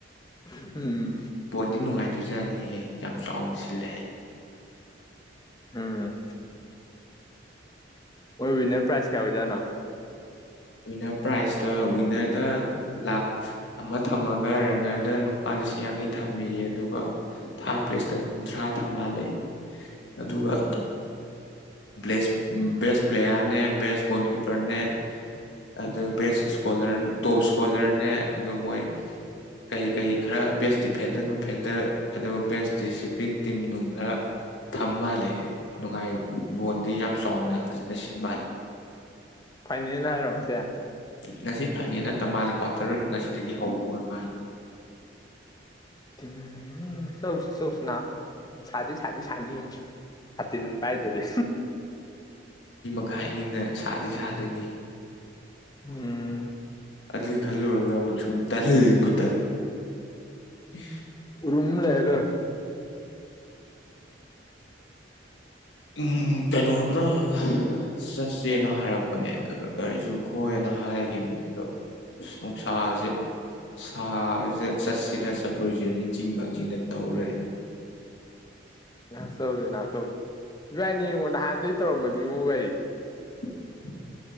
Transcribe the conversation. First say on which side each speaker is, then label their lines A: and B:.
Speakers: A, on the left; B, on the left.
A: ꯍꯝ
B: ꯄꯣꯟꯗꯤ ꯅꯨꯡꯉꯥꯏ ꯗꯤꯖꯥꯏꯟꯁꯤꯦ ꯌꯥꯝ ꯆꯥꯎꯅ ꯁꯤꯜꯂꯦ ꯍꯥꯏ
A: ꯎꯝ ꯃꯣꯏ ꯋꯤꯟꯅꯔ ꯄ꯭ꯔꯥꯏꯖ ꯀꯌꯥ ꯑꯣꯏꯖꯥꯠꯅꯣ
B: ꯤꯟꯅꯔ ꯄ꯭ꯔꯥꯏꯖꯇ ꯋꯤꯟꯅꯔꯗ ꯂꯥꯛ ꯑꯃ ꯊꯝꯃꯒ ꯔꯟꯅꯔꯗ ꯂꯨꯄꯥ ꯂꯤꯁꯤꯡ ꯌꯥꯡꯈꯩ ꯊꯝꯃꯦꯌꯦ ꯑꯗꯨꯒ ꯊꯥ ꯄ꯭ꯂꯦꯁꯇꯅ ꯀꯨꯟꯊ꯭ꯔꯥ ꯊꯝꯍꯜꯂꯦ ꯑꯗꯨꯒ
A: ꯎꯝ
B: ꯦꯁ ꯦꯁ ꯄ꯭ꯂꯦꯌꯔꯅꯦ ꯦꯁ ꯣꯜꯀꯤꯄꯔꯅꯦ ꯑꯗꯨ ꯕꯦꯁ ꯏꯁꯀꯣꯂꯔ ꯇꯣꯞ ꯏꯁꯀꯣꯂꯔꯅꯦ ꯑꯗꯨ ꯃꯣꯏ ꯀꯩꯀꯩ ꯈꯔ ꯕꯦꯁ ꯗꯤꯐꯦꯟꯗꯔ ꯅꯨꯡ ꯐꯦꯟꯗꯔ ꯑꯗꯨ ꯕꯦꯁ ꯗꯤꯁꯤꯄ꯭ꯂꯤꯟ ꯇꯤꯝ ꯅꯨꯡ ꯈꯔ ꯊꯝ ꯃꯥꯜꯜꯂꯤꯦ ꯅꯨꯡꯉꯥꯏ ꯕꯣꯟꯗꯤ ꯌꯥꯝ ꯆꯥꯎꯅ ꯌꯥꯝ ꯐꯖꯅ ꯁꯤ ꯃꯥꯅꯦ
A: ꯐꯥꯏꯅꯦꯜ ꯍꯥꯏꯔꯣꯁꯦ
B: ꯉꯁꯤ ꯐꯥꯏꯅꯦꯜ ꯅꯠꯇ ꯃꯥꯜꯂꯦ ꯀ꯭ꯋꯥꯇꯔ ꯉꯁꯤꯗꯒꯤ ꯍꯧꯕ ꯑꯣꯏ ꯃꯥꯜꯂꯦ
A: ꯍꯝ ꯎꯝ ꯆꯧꯁꯤ ꯆꯧꯁꯤꯅ ꯁꯥꯗꯣꯏ ꯁꯥꯗꯣꯏ ꯁꯥꯥꯟꯅ ꯍꯥꯅ ꯄꯥꯏ ꯇꯔꯦ
B: ꯈꯥꯏꯉꯅ ꯁꯥꯗꯤ ꯁꯥꯗꯣꯏꯅꯤ
A: ꯎꯝ
B: ꯑꯗꯨ ꯈꯜꯒ ꯁꯨꯝ ꯇꯜ ꯏꯕꯨ ꯇꯜ ꯎ
A: ꯎꯔꯝ ꯂꯩꯔ
B: ꯎꯝ ꯀꯩꯅꯣꯅ ꯆꯠꯁꯦꯅ ꯍꯥꯏꯔꯛꯄꯅꯦ ꯑꯗꯨꯗ ꯑꯩꯁꯨ ꯍꯣꯏꯅ ꯍꯥꯏꯈꯤꯕꯅꯦ ꯑꯗꯣ ꯁꯅꯨꯡꯁꯥꯁꯦ ꯁꯥ ꯆꯠꯁꯤꯔ ꯆꯠꯂꯣꯏꯁꯤꯔ ꯅꯤꯡꯁꯤꯡꯤꯡꯕꯁꯤꯡꯤꯡꯅ ꯇꯧꯔꯦ
A: ꯉꯥꯛꯆꯧꯔꯤꯦ ꯉꯥꯛꯆꯧꯔꯤꯦ ꯏꯕꯥꯏꯅꯤ ꯌꯦꯡꯉꯣ ꯅꯍꯥꯟꯩ ꯇꯧꯔꯃꯗꯤ ꯏꯉꯣ ꯚꯥꯏ
B: <inaudible>